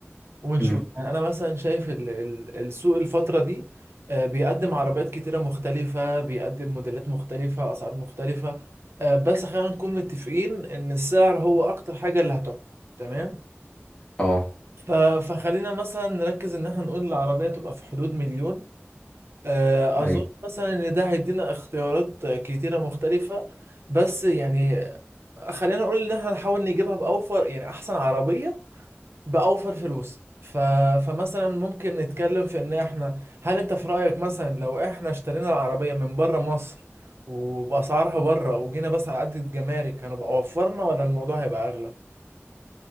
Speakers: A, on the right; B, on the left.
A: ونشوف
B: امم
A: يعني انا مثلا شايف ال- ال- السوق الفتره دي آه، بيقدم عربيات كتيره مختلفه بيقدم موديلات مختلفه اسعار مختلفه آه، بس خلينا نكون متفقين ان السعر هو اكتر حاجه اللي هتحكم تمام
B: اه
A: ف- فخلينا مثلا نركز ان احنا نقول العربيه تبقى في حدود مليون آه،
B: أيوه.
A: اظن مثلا ان ده هيدينا اختيارات آه، كتيره مختلفه بس يعني خلينا نقول ان احنا نحاول نجيبها باوفر يعني احسن عربيه بأوفر فلوس ف... فمثلا ممكن نتكلم في ان احنا هل انت في رأيك مثلا لو احنا اشترينا العربية من بره مصر وبأسعارها بره وجينا بس على قد الجمارك هنبقى وفرنا ولا الموضوع هيبقى اغلى